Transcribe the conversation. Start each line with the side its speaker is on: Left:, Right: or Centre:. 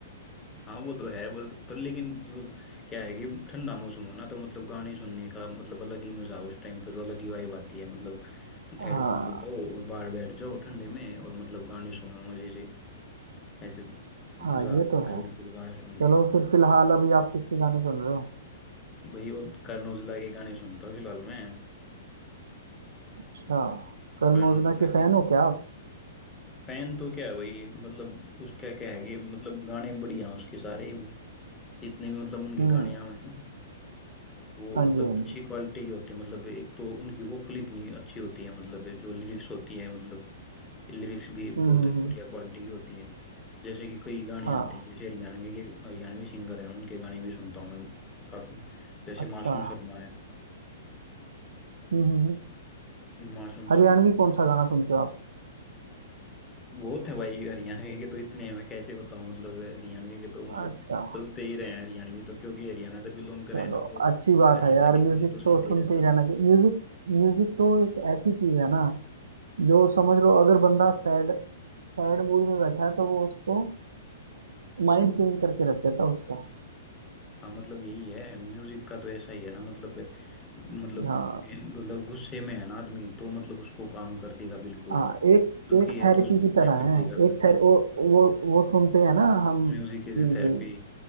Left: हाँ वो तो है पर, पर लेकिन तो क्या है कि ठंडा मौसम हो ना तो मतलब गाने सुनने का मतलब अलग ही मजा उस टाइम पे तो अलग ही वाइब आती है मतलब
Right: हाँ
Left: हेडफोन लगाओ और बाहर बैठ जाओ ठंडे में और मतलब गाने सुनो मजे से ऐसे
Right: हाँ
Left: मजा आ
Right: ये
Left: जाता
Right: तो है
Left: है बिल्कुल गाने सुन के
Right: चलो फिर फिलहाल अभी आप किसके गाने सुन रहे हो
Left: भाई वो करण औजला के गाने सुनता हूँ फिलहाल मैं
Right: अच्छा करण
Left: करण
Right: ओजला
Left: औजला
Right: के फैन
Left: के
Right: हो क्या आप
Left: फैन तो क्या है भाई मतलब उसका क्या है कि मतलब गाने बढ़िया हैं उसके सारे भी जितने भी मतलब उनके
Right: हम्म
Left: गाने आए हैं ना वो
Right: हाँ
Left: मतलब
Right: जी हाँ
Left: अच्छी
Right: जी
Left: क्वालिटी के होते हैं मतलब एक तो उनकी वोकल इतनी अच्छी होती है मतलब जो लिरिक्स होती है मतलब लिरिक्स भी बहुत
Right: हम्म हम्म हम्म,
Left: बढ़िया क्वालिटी की होती है जैसे कि कई गाने
Right: हाँ
Left: आते हैं जैसे हरियाणवी के हरियाणवी सिंगर हैं उनके गाने भी सुनता हूँ मैं काफ़ी जैसे
Right: अच्छा
Left: मासूम शर्मा है
Right: हम्म हम्म हम्म।
Left: मासूम
Right: हरियाणवी
Left: शर्मा
Right: कौन सा गाना सुनते हो आप
Left: बहुत है भाई हरियाणवी के तो इतने हैं मैं कैसे बताऊं मतलब हरियाणवी के तो मतलब
Right: अच्छा
Left: चलते ही रहे हैं हरियाणवी तो क्योंकि हरियाणा से बिलोंग कर रहे
Right: चलो
Left: हैं ना तो
Right: अच्छी बात
Left: हरियाणा
Right: है यार
Left: के
Right: म्यूजिक
Left: गाने तो सुनते
Right: तो
Left: ही
Right: सुनते
Left: रहते
Right: ही
Left: हैं
Right: रहना चाहिए म्यूजिक म्यूजिक तो एक ऐसी चीज है ना जो समझ लो अगर बंदा सैड सैड मूड में बैठा है तो वो उसको माइंड चेंज करके रख देता है उसका
Left: हाँ मतलब यही है म्यूजिक का तो ऐसा ही है ना मतलब मतलब
Right: हाँ
Left: मतलब गुस्से में है ना आदमी तो मतलब उसको काम कर देगा बिल्कुल
Right: हाँ एक
Left: दुखी
Right: एक
Left: है
Right: थेरेपी
Left: तो उसको
Right: की
Left: खुश
Right: तरह
Left: कर देगा
Right: है
Left: बिल्कुल
Right: एक थेर वो वो वो सुनते हैं ना हम
Left: Music
Right: कि
Left: is a therapy
Right: वो